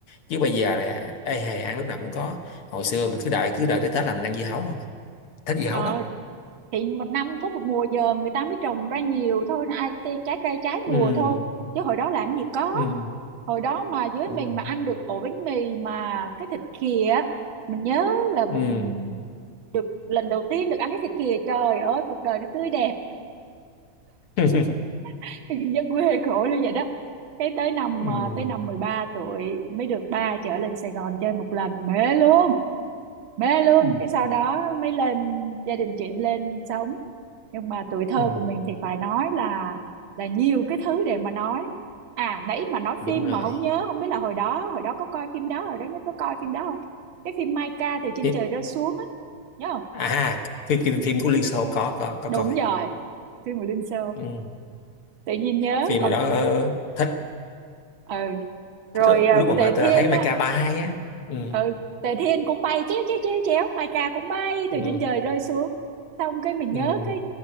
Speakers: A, on the left (about 55°); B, on the right (about 55°).
A: chứ bây giờ là ê hề ăn lúc nào cũng có hồi xưa mình cứ đợi cứ đợi tới Tết là mình ăn dưa hấu không à thích dưa
B: Ờ,
A: hấu lắm
B: thì một năm có một mùa dờm người ta mới trồng ra nhiều thôi, ai thì trái cây trái
A: ừ
B: mùa thôi. Chứ hồi đó làm gì có.
A: ừ
B: Hồi đó mà dưới
A: ừ
B: mình mà ăn được ổ bánh mì mà cái thịt khìa, á, mình nhớ là mình
A: ừ
B: được lần đầu tiên được ăn cái thịt khìa, trời ơi cuộc đời nó tươi đẹp.
A: <laughs>
B: <laughs> dân quê khổ như vậy đó cái tới năm
A: ừ
B: à, tới năm 13 tuổi mới được ba chở lên Sài Gòn chơi một lần mê luôn mê luôn
A: ừ
B: cái sau đó mới lên gia đình chuyển lên sống nhưng mà tuổi thơ
A: ừ.
B: của mình thì phải nói là là nhiều cái thứ để mà nói à nãy mà nói
A: đúng
B: phim
A: rồi
B: mà không nhớ không biết là hồi đó hồi đó có coi phim đó hồi đó nhất có coi phim đó không cái phim Mai Ca từ trên
A: Tiếp-
B: trời rơi xuống á nhớ không
A: à phim phim phim của Liên Xô có có có
B: đúng
A: coi
B: rồi phim của Linh Sơ
A: ừ.
B: tự nhiên nhớ
A: phim
B: còn
A: đó ờ, thích,
B: ừ rồi
A: thích
B: à,
A: lúc mà
B: Tề
A: mà ta
B: Thiên
A: thấy Mecha
B: á
A: 32 á ừ
B: ừ Tề Thiên cũng bay chéo chéo chéo chéo Mai Ca cũng bay từ
A: ừ
B: trên trời rơi xuống xong cái mình
A: ừ
B: nhớ cái